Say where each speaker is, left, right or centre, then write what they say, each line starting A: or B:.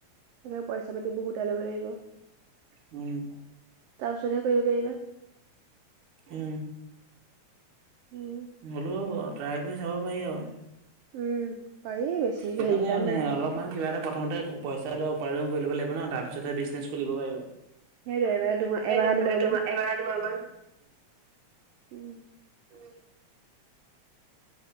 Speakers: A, on the right (about 85°); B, on the right (about 60°).
A: সেইটোৱে পইচা পাতিবোৰ গোটাই ল'ব লাগিব।
B: উম
A: তাৰ পিছতহে কৰিব পাৰিবা।
B: উম,
A: উম,
B: হলো হব ট্ৰাই কৰি চাব পাৰি আৰু।
A: উম, পাৰি বেছি
B: সেইকাৰণে
A: হেৰি কাম নহয় নহয়।
B: অলপমান মানে কিবা এটা প্ৰথমতে পইচা ধৰ উপাৰ্জন কৰি ল'ব লাগিব ন' তাৰ পিছতহে বিজনেছ খুলিব পাৰিবা।
A: সেইটোৱে মানে দুমাহ
B: সেইটোৱে,
A: এমাহ দুমাহ
B: মানে তোমাৰ
A: মান
B: এমাহ দুমাহ মান,
A: উম,
B: উম